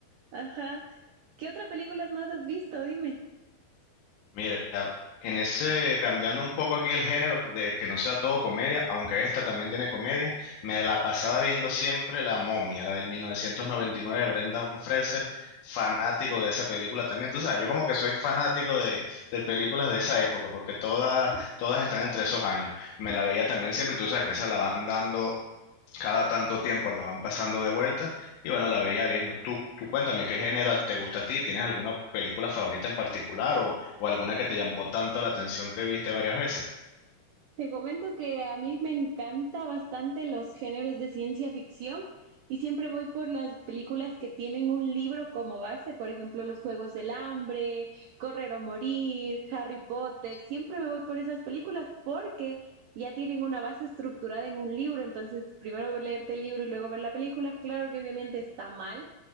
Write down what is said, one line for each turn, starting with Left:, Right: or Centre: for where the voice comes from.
Right: Ajá. ¿Qué otra película más has visto? Dime.
Left: Mira, en ese, cambiando un poco aquí el género, de que no sea todo comedia, aunque esta también tiene comedia, me la pasaba viendo siempre La Momia, la del 1999 de Brendan Fraser, fanático de esa película también. Tú sabes, yo como que soy fanático de, de películas de esa época, porque todas, todas están entre esos años. Me la veía también siempre, tú sabes que esa la van dando cada tanto tiempo la van pasando de vuelta y bueno, la veía viendo. Tú, tú cuéntame, ¿qué género te gusta a ti? ¿Tienes alguna película favorita en particular o, o alguna que te llamó tanto la atención que viste varias veces?
Right: Te comento que a mí me encanta bastante los géneros de ciencia ficción y siempre voy por las películas que tienen un libro como base, por ejemplo, Los Juegos del Hambre, Correr o Morir, Harry Potter, siempre me voy por esas películas porque ya tienen una base estructurada en un libro, entonces primero leerte el libro y luego ver la película, claro que obviamente está mal.